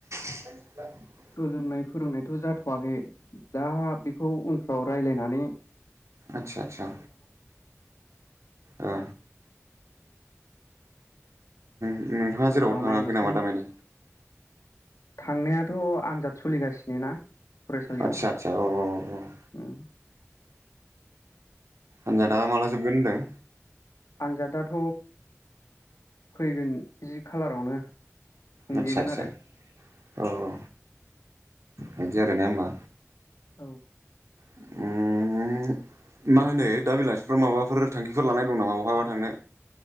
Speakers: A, on the right; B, on the left.
A: <inaudible>
B: सोलोंनाय फोरोंनायथ' जाथ'वाखै दा बेखौ उनफ्राव रायज्लायनानै
A: आत्सा आत्सा। ओ। नोंथाङा
B: उनफ्राव
A: जेरावबो थाङाखै
B: नायनोसै
A: नामा दामानि
B: थांनायाथ' आनजाद सोलिगासिनो ना। फरायसालियाव
A: आत्सा आत्सा औ औ उम।
B: उम
A: आन्जादा माला जोबगोन होनदों?
B: आन्जादाथ' फैगोन जि खालारावनो। थुंगेगोन
A: आत्सा आत्सा
B: आरो
A: औ औ बिदि आरो ना होनबा।
B: औ।
A: उम होम। मा होनो दा बेलासिफ्राव माबाफोर थांखिफोर लानाय दं नामा बहाबा थांनो?